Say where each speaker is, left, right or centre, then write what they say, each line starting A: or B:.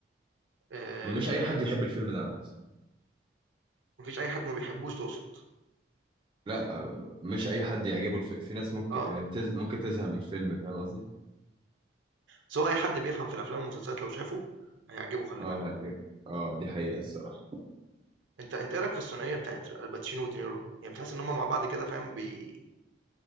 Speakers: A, on the right (about 80°); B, on the right (about 25°).
A: آه،
B: مش أي حد يحب الفيلم ده بس
A: مفيش أي حد ما بيحبوش تقصد
B: لا مش أي حد يعجبه الف... في ناس ممكن
A: اه
B: آه، تز... ممكن تزهق من الفيلم فاهم قصدي؟
A: سواء أي حد بيفهم في الأفلام والمسلسلات لو شافه هيعجبه خلي
B: اه
A: بالك
B: هيعجب اه دي حقيقة الصراحة
A: أنت أنت إيه رأيك في الثنائية بتاعت الباتشينو ودينيرو يعني بتحس إن هما مع بعض كده فاهم بي...